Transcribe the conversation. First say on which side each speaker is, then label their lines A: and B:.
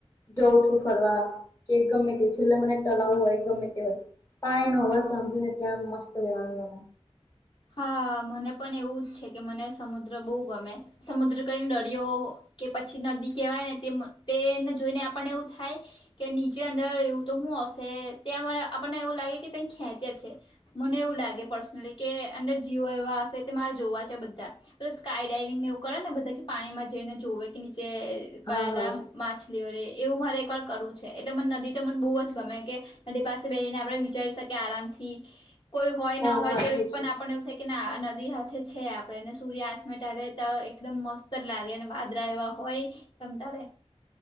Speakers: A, on the left (about 30°); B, on the left (about 50°).
A: જઉં છું ફરવા કે ગમે તે છેલ્લે મને ટલાવું હોય ગમે તે હોય પાણી નો આવાઝ સાંભળી ને ત્યાં મસ્ત રહેેવાનું ગમે.
B: હા મને પણ એવું જ છે કે મને સમુદ્ર બહુ ગમે સમુદ્ર કને દરિયો કે પછી નદી કહેવાય ને તે તે એને જોઈને આપણને એવું થાય કે નીચે અંદર એવું તો હું હશે ત્યાં મને આપણને એવું લાગે કે તઈ ખેંચે છે. મને એવું લાગે પર્સનલી કે અંદર જીવો એવા હશે કે મારે જોવા છે બધા. પલો સ્કાય ડાઇવિંગ ને એવું કરે ને બધા કે પાણીમાં જઈને જોવે કે નીચે કયા
A: હા હા
B: કયા માછ લીઓ રે એવું મારે એકવાર કરવું છે એટલે મને નદી તો મને બહુ જ ગમે કે નદી પાસે બેહીને આપણે વિચારી શકીએ આરામ થી કોઈ હોય
A: હા
B: ના હોય
A: હા
B: તોય
A: એજ
B: આપને એવું છે કે ના નદી હાથે છે આપણેેને સૂર્ય આથમે ત્યારે તો એકદમ મસ્ત ઉતર લાગે વાદરા એવા હોય તમ તારે